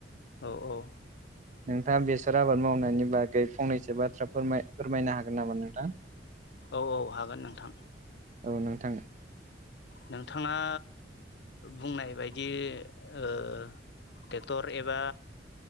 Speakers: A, on the left; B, on the right.
A: औ औ
B: नोंथाङा बेसर आबाद मावनायनि बागै फंनैसो बाथ्रा फोरमाय फोरमायनो हागोन नामा नोंथां?
A: औ औ हागोन नोंथां
B: औ नोंथां
A: नोंथाङा बुंनाय बायदि ओ ट्रेक्टर एबा